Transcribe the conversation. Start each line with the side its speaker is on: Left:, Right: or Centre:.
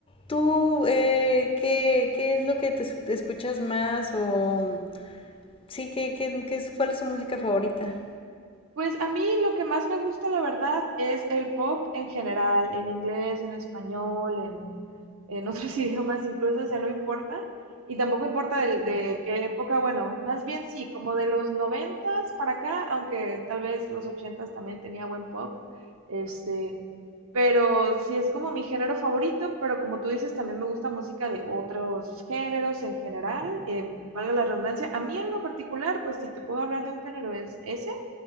Left: tú, eh, qué, qué es lo que te, te escuchas más o sí, qué, qué, qué es, cuál es tu música favorita?
Right: Pues a mí lo que más me gusta, la verdad, es el pop en general, en inglés, en español, en, en otros <laughs> idiomas incluso, o sea, no importa. Y tampoco importa de, de qué época, bueno, más bien sí, como de los noventas para acá, aunque tal vez los ochentas también tenía buen pop, este, pero sí es como mi género favorito, pero como tú dices, también me gusta música de otros géneros en general, eh, valga la redundancia. A mí en lo particular, pues si te puedo hablar de un género es ese.